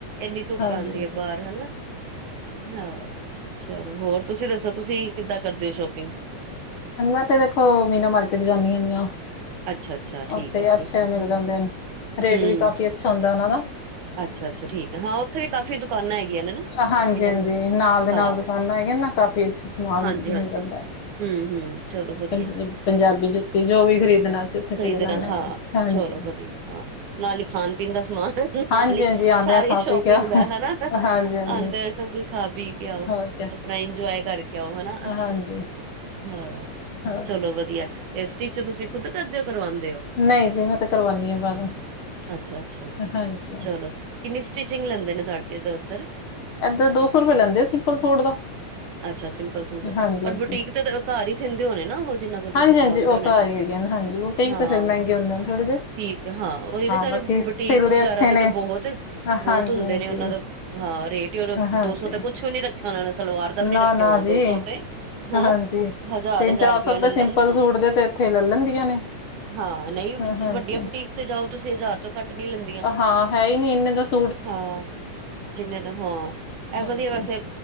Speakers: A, on the right; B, on the left.
A: ਇੰਨੀ ਧੁੱਪ
B: ਹਾਂਜੀ-ਹਾਂਜੀ।
A: ਆਉਂਦੀ ਹੈ ਬਾਹਰ ਹਨਾ ਹਾਂ ਚਲੋ ਹੋਰ ਤੁਸੀਂ ਦੱਸੋ
B: ਹਾਂਜੀ
A: ਤੁਸੀਂ ਕਿੱਦਾਂ ਕਰਦੇ ਹੋ ਸ਼ੋਪਿੰਗ
B: ਹਾਂਜੀ ਮੈਂ ਤੇ ਦੇਖੋ ਮੀਨਾ ਮਾਰਕੀਟ ਜਾਂਦੀ ਹੁੰਦੀ ਹ
A: ਅੱਛਾ ਅੱਛਾ ਠੀਕ
B: ਉੱਥੇ
A: ਹੈ ਠੀਕ
B: ਅੱਛੇ
A: ਹੈ
B: ਮਿਲ
A: ਹਾਂ
B: ਜਾਂਦੇ ਨੇ ਰੇਟ
A: ਹਮ
B: ਵੀ ਕਾਫੀ ਅੱਛਾ ਹੁੰਦਾ ਉਹਨਾਂ ਦਾ
A: ਅੱਛਾ ਅੱਛਾ ਠੀਕ ਹੈ ਹਾਂ ਉੱਥੇ ਵੀ ਕਾਫ਼ੀ ਦੁਕਾਨ ਹੈਗੀਆਂ ਹਨ ਨਾ
B: ਹਾਂਜੀ
A: ਬਿਨਾਂ
B: ਹਾਂਜੀ
A: ਮੈਂ
B: ਨਾਲ ਦੇ
A: ਹਾਂ
B: ਨਾਲ ਦੁਕਾਨਾਂ ਹੈਗੀਆਂ ਨਾ ਕਾਫ਼ੀ ਅੱਛਾ ਸਮਾਨ
A: ਹਾਂਜੀ
B: ਮਿਲ
A: ਹਾਂਜੀ
B: ਜਾਂਦਾ
A: ਹਮ ਹਮ ਚਲੋ ਵਧੀਆ
B: ਪੰਜ ਪੰਜਾਬੀ ਜੁੱਤੀ ਜੋ ਵੀ ਖਰੀਦਣਾ ਅਸੀਂ ਉੱਥੇ ਚਲੇ
A: ਖ਼ਰੀਦਣਾ
B: ਜਾਂਦੇ ਹਾਂ ਜੀ ਹਾਂਜੀ
A: ਚਲੋ ਵਧੀਆ ਹਾਂ ਨਾਲ ਹੀ ਖਾਣ ਪੀਣ ਦਾ ਸਮਾਨ ਨਾਲ
B: ਹਾਂਜੀ-ਹਾਂਜੀ
A: ਹੀ
B: ਆਉਂਦੇ
A: ਸਾਰੀ
B: ਆ ਖਾ
A: ਸ਼ੋਪਿੰਗ
B: ਪੀ ਕੇ
A: ਦਾ ਹਨਾ
B: ਹਾਂਜੀ-ਹਾਂਜੀ।
A: ਅੰਦੇ ਸਭ ਕੁਈ ਖਾ ਪੀ ਕੇ ਆਓ
B: ਹੋਰ ਕਿਆ
A: ਆਪਣਾ ਇੰਜੋਏ ਕਰਕੇ ਆਓ ਹਨਾ
B: ਹਾਂਜੀ
A: ਹਾਂ
B: ਹੋਰ
A: ਚਲੋ ਵਧੀਆ ਤੇ ਸਟਿਚ ਤੁਸੀਂ ਖੁਦ ਕਰਦੇ ਹੋ ਕਰਵਾਉਂਦੇ ਹੋ
B: ਨਹੀਂ ਜੀ ਮੈਂ ਤਾਂ ਕਰਵਾਉਂਦੀ ਹਾਂ ਬਾਹਰੋਂ
A: ਅੱਛਾ ਅੱਛਾ
B: ਹਾਂਜੀ
A: ਚਲੋ ਕਿੰਨੀ ਸਟਿਚਿੰਗ ਲੈਂਦੇ ਨੇ ਤੁਹਾਡੇ ਤੋਂ ਉੱਧਰ
B: ਇੱਦਰ ਦੋ ਸੌ ਰੁਪਏ ਲੈਂਦੇ ਸਿੰਪਲ ਸੂਟ ਦਾ।
A: ਅੱਛਾ ਸਿੰਪਲ ਸੂਟ ਦਾ
B: ਹਾਂਜੀ
A: ਪਰ
B: ਹਾਂਜੀ
A: ਬੁਟੀਕ ਤੇ ਘਰ ਹੀ ਸਿੰਦੇ ਹੁਨੇ ਨਾ ਉਹ ਜਿੰਨਾ ਕੋਲ ਤੁਸੀਂ
B: ਹਾਂਜੀ
A: ਕਰਵਾਉਂਦੇ
B: ਹਾਂਜੀ, ਉਹ
A: ਹੋਣੇ
B: ਤਾਂ
A: ਨਾ
B: ਘਰ ਹੀ ਹੈਗੇ ਹਨ ਹਾਂਜੀ ਬੂਟੇ ਹੀ
A: ਹਾਂ
B: ਤਾਂ ਫਿਰ ਮਹਿੰਗੇ ਹੁੰਦੇ ਨੇ ਥੋੜੇ ਜਿਹੇ
A: ਠੀਕ ਐ ਹਾਂ ਉਹ ਈ ਤੇ ਕੈਰੇ
B: ਬਾਕੀ ਸਿਲਦੇ
A: ਬੁਟੀਕ ਵਗੈਰਾ
B: ਅੱਛੇ
A: ਤੇ
B: ਨੇ
A: ਤਾਂ ਬਹੁਤ, ਬਹੁਤ
B: ਹਾਂਜੀ
A: ਹੁੰਦੇ
B: ਹਾਂਜੀ
A: ਨੇ ਉਹਨਾਂ ਦਾ ਹਾਂ ਰੇਟ ਈ <unintelligible>
B: ਹਾਂਜੀ
A: ਦੋ ਸੌ ਤੇ ਕੁਛ ਵੀ ਨੀ ਰੱਖਿਆ ਹੋਣਾ ਉਹੇ ਸਲਵਾਰ ਦਾ ਵੀ ਨੀ
B: ਨਾ
A: ਰੱਖਿਆ
B: ਨਾ
A: ਹੋਣਾ
B: ਜੀ
A: ਦੋ ਸੌ ਤੇ। ਹਨਾ
B: ਹਾਂਜੀ
A: ਹਜ਼ਾਰ
B: ਤਿੰਨ-ਚਾਰ
A: ਹਜ਼ਾਰ ਰੁਪਇਆ
B: ਸੌ ਰੁਪਏ
A: ਲੈ ਲੈਂਦੇ
B: ਸਿੰਪਲ
A: ਨੇ
B: ਸੂਟ ਦੇ ਤੇ ਇੱਥੇ ਲਲ ਲੈਂਦੀਆਂ ਨੇ।
A: ਹਾਂ ਨਈਂ
B: ਹਾਂ ਹਾਂਜੀ
A: ਵੱਡੀਆਂ ਬੁਟੀਕ ਤੇ ਜਾਓ ਤੁਸੀਂ ਹਜ਼ਾਰ ਤੋਂ ਘੱਟ ਨਹੀਂੀ ਲੈਂਦੀਆਂ।
B: ਹਾਂ ਹੈ ਈ ਨੀ ਇੰਨੇ ਦੱਸ
A: ਹਾਂ, ਜਿੰਨੇ ਦਾ ਹਾਂ
B: ਹਾਂਜੀ
A: ਇਹ ਵਧੀਆ ਵੈਸੇ